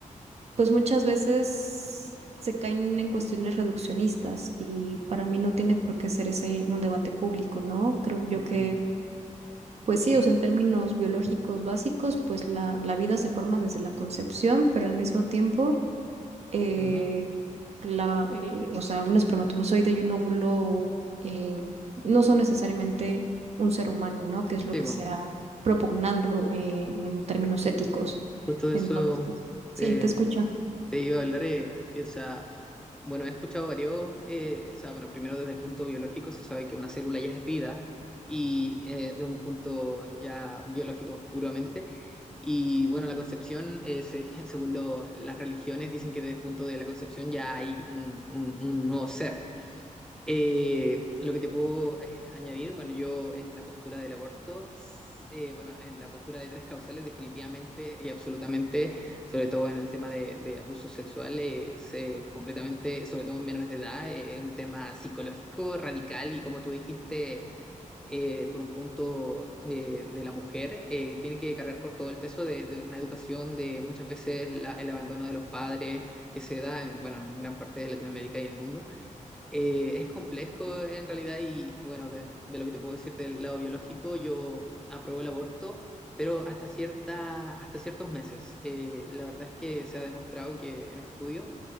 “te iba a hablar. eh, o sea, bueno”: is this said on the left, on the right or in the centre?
Centre